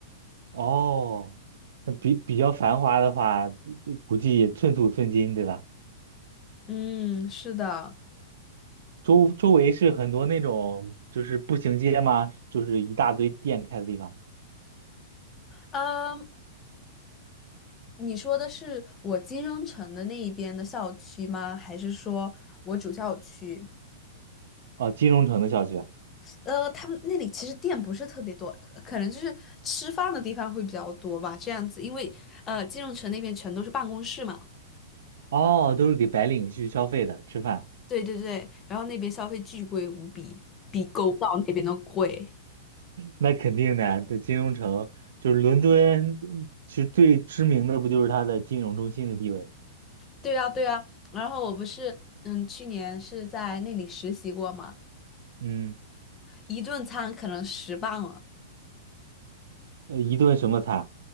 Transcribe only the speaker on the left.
嗯，是的，
嗯，你说的是我金融城的那一边的校区吗？还是说我主校区？
呃，他们那里其实店不是特别多，可能就是吃饭的地方会比较多吧，这样子，因为呃，金融城那边全都是办公室嘛。
对对对，然后那边消费巨贵无比，比狗岛那边都贵。
对啊，对啊，然后我不是，嗯，去年是在那里实习过嘛，
一顿餐可能十磅了，